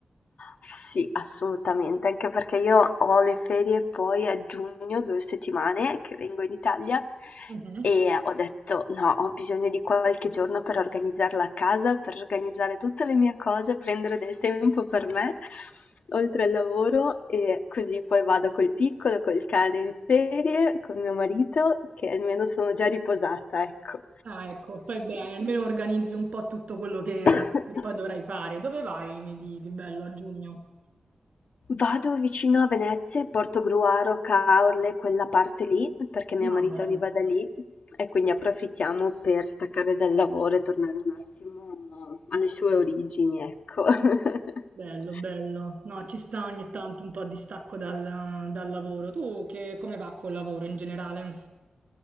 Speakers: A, on the left (about 85°); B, on the right (about 80°).
A: Sì, assolutamente, anche perché io ho le ferie poi a giugno, 2 settimane che vengo in Italia
B: Mhm.
A: e ho detto no, ho bisogno di qualche giorno per organizzarla a casa, per organizzare tutte le mie cose, prendere del tempo per me, oltre al lavoro e così poi vado col piccolo, col cane in ferie, con mio marito, che almeno sono già riposata, ecco.
B: Ah, ecco, fai bene, almeno organizzi un po' tutto quello che,
A: <laughs>
B: che poi dovrai fare. Dove vai mi di, di bello a giugno?
A: Vado vicino a Venezia e Portogruaro, Caorle, quella parte lì, perché mio
B: Ma
A: marito
B: bello.
A: arriva da lì e quindi approfittiamo per staccare dal lavoro e tornare un attimo alle sue origini, ecco. <laughs>
B: Bello, bello. No, ci sta ogni tanto un po' di stacco dal, dal lavoro. Tu che, come va col lavoro in generale?